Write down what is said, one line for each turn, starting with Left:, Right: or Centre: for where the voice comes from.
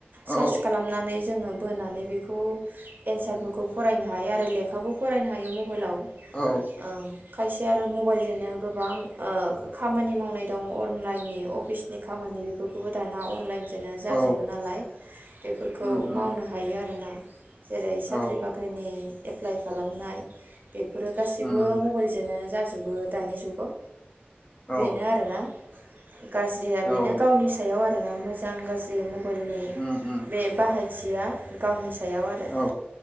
Left: औ
Right: सार्च खालामनानै जोङो बोनानै बेखौ एन्सारफोरखौ फरायनो हायो आरो लेखाबो फरायनो हायो मबाइलाव। ओं
Left: औ
Right: खायसे आरो मबाइलजोंनो गोबां ओ खामानि मावनाय दं अनलाइननि अफिसनि खामानि बेफोरखौबो दाना अनलाइन बिदिनो जाजोबो
Left: औ
Right: नालाय बेफोरखौ
Left: उम उम
Right: मावनो हायो आरोना। जेरै साख्रि
Left: औ
Right: बाख्रिनि एप्लाइ खालामनाय बेफोरो गासैबो
Left: उम
Right: मबाइलजोंनो जाजोब बो दानि जुगाव
Left: औ
Right: बेनो आरोना गाज्रिया बेनो
Left: औ
Right: गावनि सायाव मोजां गाज्रि म बाइलनि
Left: उम उम
Right: बे बाहायथिया गावनि सा सायाव आरो
Left: औ